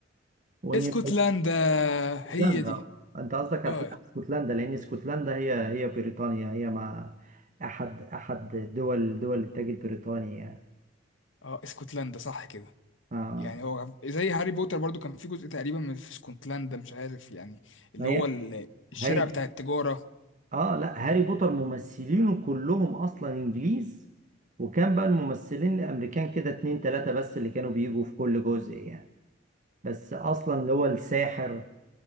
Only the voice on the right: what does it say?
ونيو
اسكتلندا
انت قصدك هتلاقي
اسكتلندا لان اسكتلندا هي هي بريطانيا هي مع احد احد دول دول التاج البريطاني يعني
اه
ما هي
هاري
اه لا هاري بوتر ممثلينه كلهم اصلا انجليز وكان بقى الممثلين الامريكان كده اتنين تلاتة بس اللي كانوا بيجوا في كل جزء يعني بس اصلا اللي هو الساحر